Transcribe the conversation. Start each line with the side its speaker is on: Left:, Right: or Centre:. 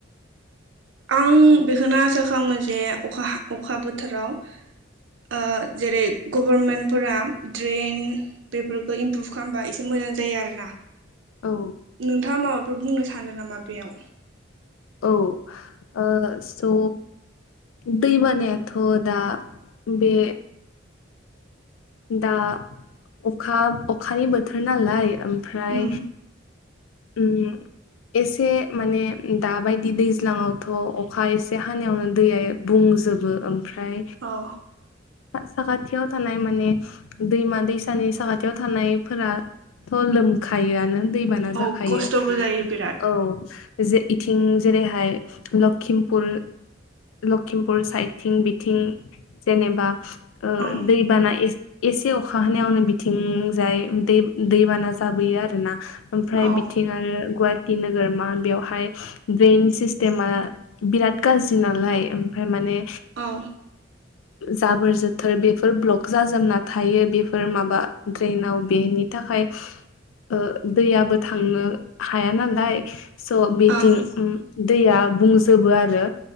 Right: आं बेखौनो आसा खालामो जे अखा अखा बोथोराव ओ जेरै गभर्मेन्टफोरा ड्रेन बेफोरखौ इमप्रुभ खालामबा एसे मोजां जायो आरोना
Left: औ
Right: नोंथाङा माबाफोर बुंनो सानदों नामा बेयाव?
Left: औ ओ स दै बानायाथ' दा बे दा अखा अखानि बोथोर नालाय ओमफ्राय
Right: उम
Left: उम एसे माने दाबायदि दैज्लाङावथ' अखा एसे हानायावनो दैया बुं जोबो ओमफ्राय
Right: औ
Left: साखाथियाव थानाय माने दैमा दैसानि साखाथियाव थानायफोराथ लोमखायोआनो। दैबाना
Right: औ
Left: जाखायो
Right: खस्थ'बो जायो बिराद
Left: औ। जे इथिं जेरैहाय लषिमपुर लक्षिमपुर साइदथिं बिथिं जेनेबा ओ
Right: ओं
Left: दैबाना ए एसे अखा हानायायावनो बिथिंजाय दै दैबाना जाबोयो आरोना। ओमफ्राय
Right: औ
Left: बिथिं आरो गुवा हाटि नोगोरमा बेवहाय ड्रेन सिस्टेमा बिराद गाज्रि नालाय ओमफ्राय माने
Right: औ
Left: जाबोर जोथोर बेफोर ब्लक जाजोबना थायो बेफोर माबा ड्रेनाव बेनि थाखाय ओ दैयाबो थांनो हाया नालाय स' बिथिं
Right: ओं
Left: दैया बुंजोबो आरो